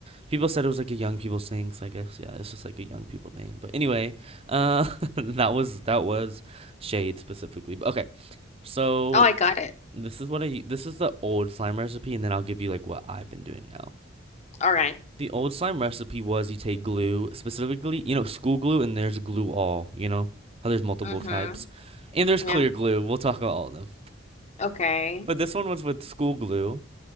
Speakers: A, on the right; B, on the left.
A: People said it was like a young people thing, so I guess yeah, it's just like a young people thing. But anyway, uh <laughs> that was that was shade specifically. But okay. So
B: Oh, I got it.
A: this is what I this is the old slime recipe and then I'll give you like what I've been doing now.
B: All right.
A: The old slime recipe was you take glue, specifically, you know, school glue and there's glue all, you know? How there's multiple
B: Mm-hmm.
A: types. And there's clear
B: Yeah.
A: glue. We'll talk about all of them.
B: Okay.
A: But this one was with school glue